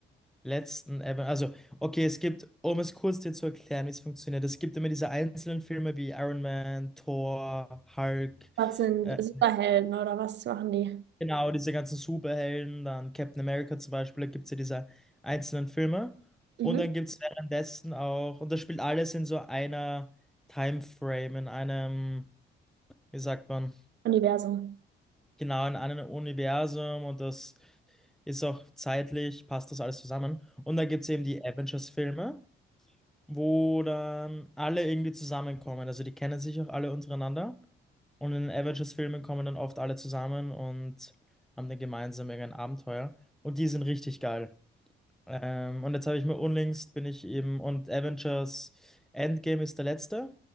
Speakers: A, in the centre; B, on the right.
A: letzten Evan. Also, okay, es gibt, um es kurz dir zu erklären, wie es funktioniert, es gibt immer diese einzelnen Filme wie Iron Man, Thor, Hulk,
B: Was sind
A: äh,
B: Superhelden oder was machen die?
A: genau, diese ganzen Superhelden, dann Captain America zum Beispiel, da gibt es ja diese einzelnen Filme.
B: Mhm.
A: Und dann gibt es währenddessen auch, und das spielt alles in so einer Timeframe, in einem, wie sagt man,
B: Universum.
A: genau, in einem Universum und das ist auch zeitlich, passt das alles zusammen. Und dann gibt es eben die Avengers-Filme. wo dann alle irgendwie zusammenkommen. Also die kennen sich auch alle untereinander. Und in den Avengers-Filmen kommen dann oft alle zusammen und haben dann gemeinsam irgendein Abenteuer. Und die sind richtig geil. Ähm, und jetzt habe ich mir unlängst bin ich eben, und Avengers Endgame ist der letzte.